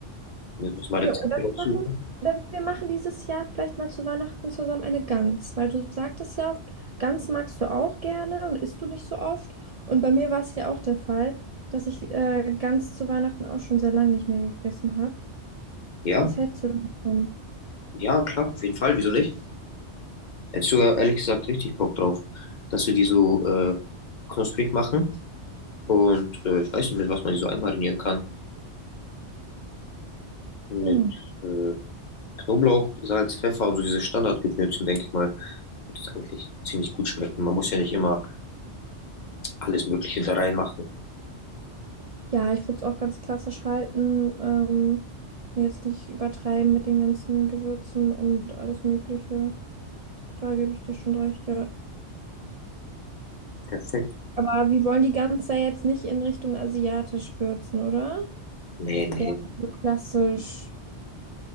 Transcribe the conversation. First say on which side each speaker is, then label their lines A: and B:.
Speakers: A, on the left; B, on the right.
A: Müssen wir uns mal
B: Ja,
A: Rezepte
B: oder
A: raussuchen.
B: wir machen, oder wir machen dieses Jahr vielleicht mal zu Weihnachten zusammen eine Gans, weil du sagtest ja auch, Gans magst du auch gerne und isst du nicht so oft. Und bei mir war es ja auch der Fall, dass ich äh, Gans zu Weihnachten auch schon sehr lange nicht mehr gegessen habe.
A: Ja,
B: Was hältst du davon?
A: ja, klar, auf jeden Fall. Wieso nicht? Hätte ich sogar ehrlich gesagt richtig Bock drauf, dass wir die so äh, knusprig machen. Und äh, ich weiß nicht, mit was man die so einmarinieren kann. Mit
B: Hm.
A: äh, Knoblauch, Salz, Pfeffer und so diese Standardgewürzen, denke ich mal, wird es eigentlich ziemlich gut schmecken. Man muss ja nicht immer alles Mögliche da reinmachen.
B: Ja, ich würde es auch ganz klassisch halten. Ähm, jetzt nicht übertreiben mit den ganzen Gewürzen und alles Mögliche. Da gebe ich dir schon recht, ja.
A: Perfekt.
B: Aber wir wollen die Gans ja jetzt nicht in Richtung asiatisch würzen, oder?
A: Nee, nee.
B: Ja, so klassisch.